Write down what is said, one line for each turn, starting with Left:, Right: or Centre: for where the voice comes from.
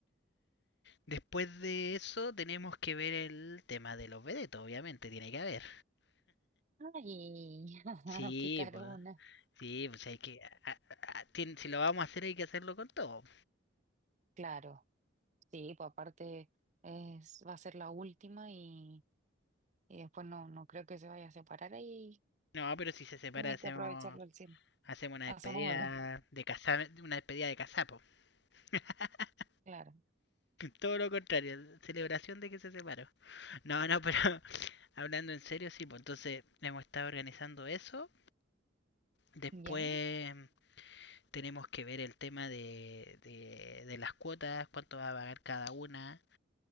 Left: Después de eso tenemos que ver el tema de los vedetos, obviamente, tiene que haber.
Right: Ay, <laughs>
Left: Sí,
Right: picarona.
Left: pues, sí, pues hay que... a- a- a- tien- si lo vamos a hacer hay que hacerlo con todo.
Right: Claro. Sí, pues aparte es, va a ser la última y Y después no, no creo que se vaya a separar ahí.
Left: No, pero si se separa
Right: Tiene
Left: hacemos,
Right: que aprovecharlo al cien
Left: hacemos una
Right: Hacemos
Left: despedida
Right: otra.
Left: de casa, una despedida de casapo. <laughs>
Right: Claro.
Left: Todo lo contrario, celebración de que se separó. No, no, pero Hablando en serio, sí, pues entonces hemos estado organizando eso. Después
Right: Ya,
Left: mm, tenemos que ver el tema de, de, de las cuotas, cuánto va a pagar cada una,